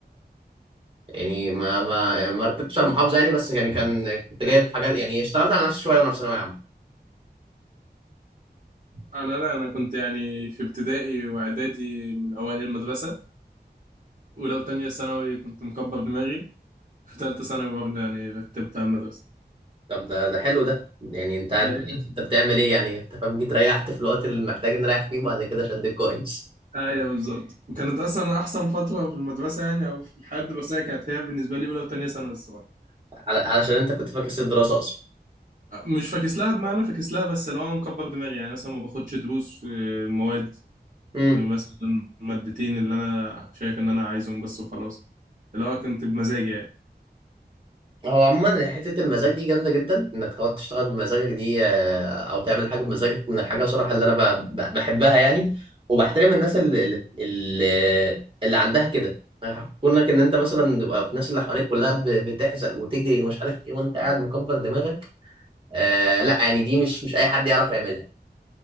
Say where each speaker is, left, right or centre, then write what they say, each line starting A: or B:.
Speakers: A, on the right; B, on the right.
A: يعني ما ما ما رتبتش على المحافظه يعني بس يعني كان كنت جايب حاجات يعني اشتغلت على نفسي شويه وانا في ثانويه عامه
B: انا لا انا كنت يعني في ابتدائي واعدادي من اوائل المدرسة ولو تانية ثانوي كنت مكبر دماغي في تالتة ثانوي برضه يعني رتبت على المدرسة
A: طب ده ده حلو ده يعني انت انت
B: ايوه
A: <laughs> انت بتعمل ايه يعني انت فاهم جيت ريحت في الوقت اللي محتاج نريح فيه وبعد كده شدك كويس
B: ايوه بالظبط وكانت اصلا احسن فترة في المدرسة يعني او في الحياة الدراسية كانت هي بالنسبة لي اولى وتانية ثانوي الصراحة
A: على- علشان انت كنت فاكس الدراسه اصلا
B: مش فاكس لها بمعنى فاكس لها بس اللي هو مكبر دماغي يعني مثلا ما باخدش دروس في المواد
A: امم
B: مثلا المادتين اللي انا شايف ان انا عايزهم بس وخلاص اللي هو كنت بمزاجي يعني
A: هو عموما حتة المزاج دي جامدة جدا انك تقعد تشتغل بمزاجك دي آه، او تعمل حاجة بمزاجك من الحاجة صراحة اللي انا ب- ب- بحبها يعني وبحترم الناس اللي اللي اللي اللي عندها كده كونك ان انت مثلا تبقى في الناس اللي حواليك كلها ب- بتحزق وتجري ومش عارف ايه وانت قاعد مكبر دماغك آه لا يعني دي مش مش اي حد يعرف يعملها